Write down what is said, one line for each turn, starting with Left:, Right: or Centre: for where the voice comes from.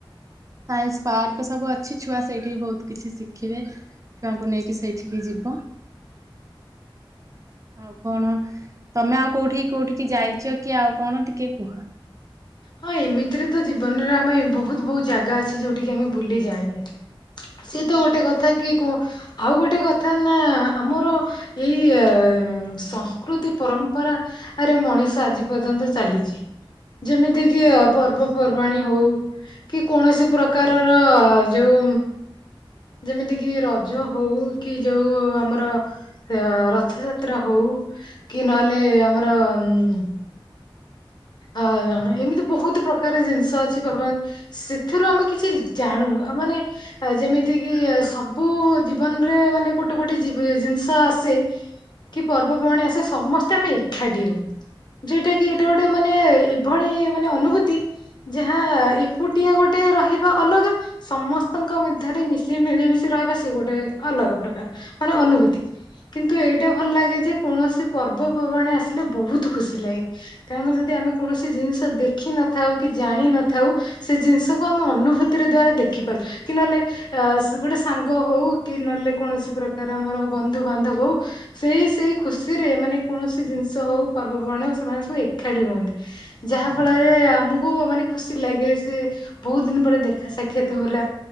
Right: ସାଇନ୍ସ ପାର୍କ ସବୁ ଅଛି ଛୁଆ ସେଇଠି ବି ବହୁତ କିଛି ଶିଖିବେ। ଛୁଆଙ୍କୁ ନେଇକି ସେଇଠିକି ଯିବ। ଆଉ କଣ ତମେ ଆଉ କୋଉଠି କୋଉଠିକି ଯାଇଛ କି ଆଉ କଣ ଟିକେ କୁହ?
Left: ହଁ ଏମିତିରେ ତ ଜୀବନରେ ଆମେ ବହୁତ ବହୁତ ଜାଗା ଅଛି ଯୋଉଠିକି ଆମେ ବୁଲି ଯାଇନେ। ସିଏ ତ ଗୋଟେ କଥା କି କଣ ଆଉ ଗୋଟେ କଥା ନା ଆମର। ଏଇ ସଂସ୍କୃତି ପରମ୍ପରା। ଆରେ ମଣିଷ ଆଜି ପର୍ଯ୍ୟନ୍ତ ଚାଲିଛି। ଯେମିତି କିି ଅ ପର୍ବପର୍ବାଣୀ ହଉ। କି କୌଣସି ପ୍ରକାରର ଯୋଉ ଯେମିତି କିି ରଜ ହଉ କି ଯୋଉ ଆମର ସେ ରଥଯାତ୍ରା ହଉ କି ନହେଲେ ଆମର ଉ ଆ ଏମିତି ବହୁତ ପ୍ରକାର ଜିନିଷ ଅଛି ପର୍ବ ସେଥିରୁ ଆମେ କିଛି ଜାଣୁ ମାନେ ଆ ଯେମିତି କିି ସବୁ-ଉ ଜୀବନରେ ମାନେ ଗୋଟେ ଗୋଟେ ଜିବି ଜିନିଷ ଆସେ କି ପର୍ବପର୍ବାଣି ଆସେ ସମସ୍ତେ ଆମେ ଏଖାଟି ହୋଉ, ଯଉଟା କି ଟା ଗୋଟେ ମାନେ ଏଭଳି ମାନେ ଅନୁଭୂତି ଯାହା-ଆ ଏକୁଟିଆ ଗୋଟେ ରହିବା ଅଲଗା ସମସ୍ତଙ୍କ ମଧ୍ୟରେ ମିଶି ମିଳିମିଶି ରହିବା ସିଏ ଗୋଟେ ଅଲଗା ପ୍ରକାର ମାନେ ଅନୁଭୂତି। କିନ୍ତୁ ଏଇଟା ଭଲ ଲାଗେ ଯେ କୌଣସି ପର୍ବପର୍ବାଣୀ ଆସିଲେ ବୋହୁତ ଖୁସି ଲାଗେ। କାରଣ ଯଦି ଆମେ କୌଣସି ଜିନିଷ ଦେଖିନଥାଉ କି ଜାଣିିନଥାଉ ସେ ଜିନିଷକୁ ଆମେ ଅନୁଭୂତିରେ ଦ୍ଵାରା ଦେଖିପାରୁ କି ନହେଲେ ଅ ସ୍ ଗୋଟେ ସାଙ୍ଗ ହୋଉ କି ନଲେ କୌଣସି ପ୍ରକାର ଆମର ବନ୍ଧୁ ବାନ୍ଧବ ହଉ। ସେଇ ସେଇ ଖୁସିରେ ମାନେ କୌଣସି ଜିନିଷ ହୋଉ ପର୍ବପର୍ବାଣି ହୋଉ ସେମାନେ ସବୁ ଏଖାଟି ରୁହନ୍ତି। ଯାହା ଫଳରେ ଆମକୁ ମାନେ ଖୁସି ଲାଗେ ସେ ବୋହୁତ ଦିନ ପରେ ଦେଖା ସାକ୍ଷାତ ହୋଲା